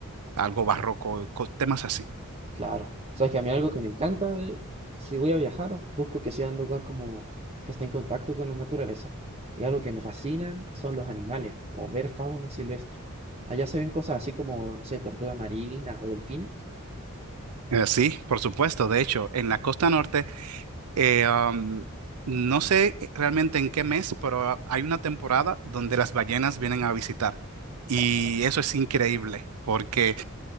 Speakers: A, on the right; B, on the right.
A: algo barroco, co- temas así.
B: claro. Sabes que a mí algo que me encanta, eh, si voy a viajar, busco que sea un lugar como que esté en contacto con la naturaleza. Y algo que me fascinan son los animales, como ver fauna silvestre. Allá se ven cosas así como, no sé, tortugas marinas o delfines.
A: Eh, Sí, por supuesto. De hecho, en la costa norte, eh, am, no sé realmente en qué mes, pero hay una temporada donde las ballenas vienen a visitar.
B: Wow.
A: Y eso es increíble, porque